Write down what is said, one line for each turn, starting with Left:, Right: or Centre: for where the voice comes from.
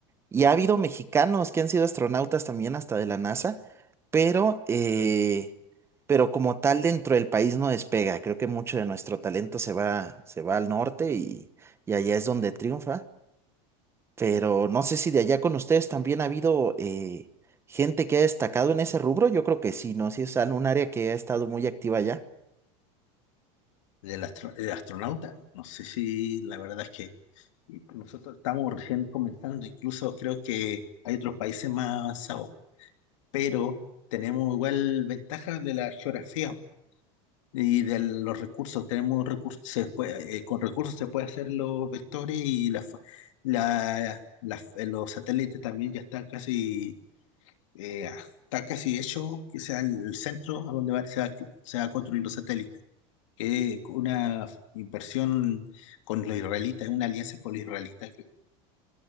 Right: Y ha habido mexicanos que han sido astronautas también hasta de la NASA, pero, eh, pero como tal dentro del país no despega. Creo que mucho de nuestro talento se va, se va al norte y, y allá es donde triunfa. Pero no sé si de allá con ustedes también ha habido eh, gente que ha destacado en ese rubro. Yo creo que sí, ¿no? Si es en un área que ha estado muy activa allá.
Left: Del, astro- del astronauta, no sé si la verdad es que Y Nosotros estamos recién comenzando, incluso creo que hay otros países más avanzados, pero tenemos igual ventajas de la geografía y de los recursos. Tenemos recursos, se puede- eh, con recursos se puede hacer los vectores y la, fa- la- la- eh, los satélites también ya están casi, eh, está casi hecho, que sea el centro a donde va- se va, se va a construir los satélites. Que una inversión con los israelitas, es una alianza con los israelitas, creo